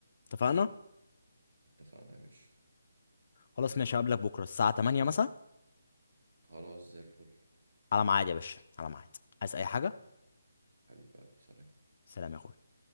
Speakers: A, on the left; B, on the right.
A: اتفقنا
B: اتفقنا يا باشا
A: خلاص ماشي هقابلك بكره الساعه 8 مثلا
B: خلاص زي الفل
A: على ميعاد يا باشا على ميعاد عايز اي حاجه
B: حبيب قلبي سلام
A: سلام يا اخويا